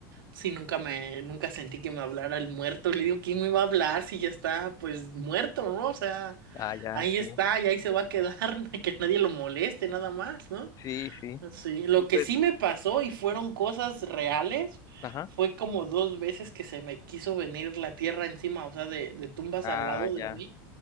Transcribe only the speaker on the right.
si nunca me, nunca sentí que me hablara el muerto. Le digo, ¿quién me va a hablar si ya está pues muerto, ¿no? O sea,
ahí
está y ahí se va a quedar, <laughs> que nadie lo moleste, nada más, ¿no?
Sí, lo
que sí me pasó y fueron cosas reales
fue como dos veces que se me quiso venir la tierra encima, o sea, de, de tumbas
al lado de
mí,